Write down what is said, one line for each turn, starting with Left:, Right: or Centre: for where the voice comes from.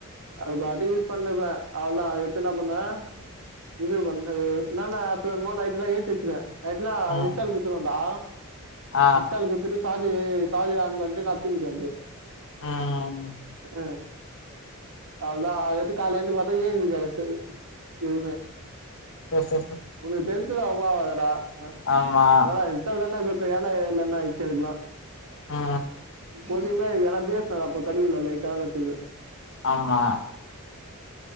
Right: அது பாட்டுக்கு யூஸ் பண்ணிருப்பே அவளதா அதுக்கு அடுத்து என்ன பண்னுவ இது ப என்னனா பேர்லா நைட்லாம் ஏத்தி வச்சிடுவ நைட்லா
Left: ம்.
Right: இன்ஸ்டால் குடுத்துடுவன்டா
Left: ஆ.
Right: இன்ஷ்டால் குடுத்துட்டு சார்ஜ் சார்ஜ் ஆன் பன்டு நா துங்கிடுவ அப்டியே
Left: ம்
Right: அ அதா அது கால்ல எழுந்து பாத்த இதுமே
Left: ச ச ச
Right: உனக்கு டென்சன் ஆகுமா ஆகாதா டா
Left: ஆமா
Right: ஆனா இத்தன நாளா கெத்து ஏனா என்ன ஆயிச்சு இருக்கலா
Left: ஆ
Right: பொதுவா ஏனா பேசினாரு அப்ப கடில லைட்டா கடச்சயது
Left: ஆமா